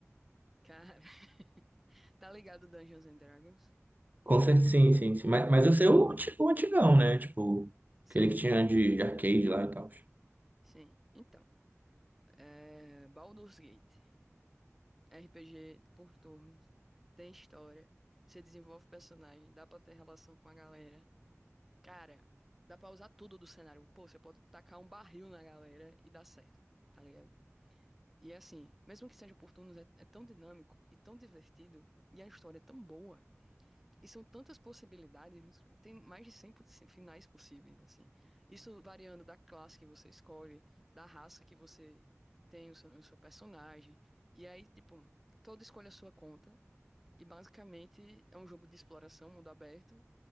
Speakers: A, in the centre; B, on the right.
A: Cara, <laughs> tá ligado Dungeons and Dragons?
B: Com certeza, sim, sim, sim. Mas, mas eu sei o anti- o antigão, né? Tipo,
A: Sim,
B: aquele que tinha de, de arcade lá e tal.
A: sim. Então, é... Baldur's Gate, RPG por turnos, tem história, você desenvolve personagem, dá pra ter relação com a galera. Cara, dá pra usar tudo do cenário. Pô, você pode tacar um barril na galera e dá certo, tá ligado? E assim, mesmo que seja por turnos, é, é tão dinâmico e tão divertido, e a história é tão boa. E são tantas possibilidades, tem mais de 100 possi- finais possíveis, assim. Isso variando da classe que você escolhe, da raça que você tem o seu, o seu personagem. E aí, tipo, todo escolhe a sua conta. E basicamente é um jogo de exploração, mundo aberto,